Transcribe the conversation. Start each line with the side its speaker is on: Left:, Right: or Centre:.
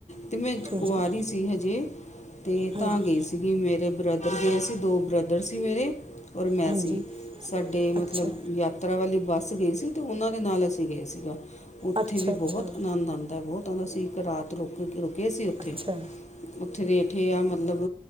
Left: ਤੇ ਮੈਂ
Right: ਹਾਂਜੀ
Left: ਕੁਆਰੀ ਸੀ ਹਜੇ, ਤੇ
Right: ਹਾਂਜੀ
Left: ਤਾਂ ਗਏ ਸੀ ਗੀ ਮੇਰੇ ਬ੍ਰਦਰ ਗਏ ਸੀ, ਦੋ ਬ੍ਰਦਰ ਸੀ ਮੇਰੇ, ਓਰ ਮੈਂ
Right: ਹਾਂਜੀ
Left: ਸੀ। ਸਾਡੇ ਮਤਲਬ
Right: ਅੱਛਾ
Left: ਯਾਤਰਾ ਵਾਲੀ ਬੱਸ ਗਈ ਸੀ, ਤੇ ਉਹਨਾਂ ਦੇ ਨਾਲ ਅਸੀਂ ਗਏ ਸੀਗਾ ਉੱਥੇ
Right: ਅੱਛਾ
Left: ਵੀ ਬਹੁਤ
Right: ਅੱਛਾ
Left: ਅਨੰਦ ਆਂਦਾ‌, ਬਹੁਤ ਆਂਦਾ ਸੀ, ਇੱਕ ਰਾਤ ਰੁਕ, ਰੁਕੇ ਸੀ ਉੱਥੇ।
Right: ਅੱਛਾ
Left: ਉੱਥੇ ਦੇ ਏਠੇ ਆ ਮਤਲਬ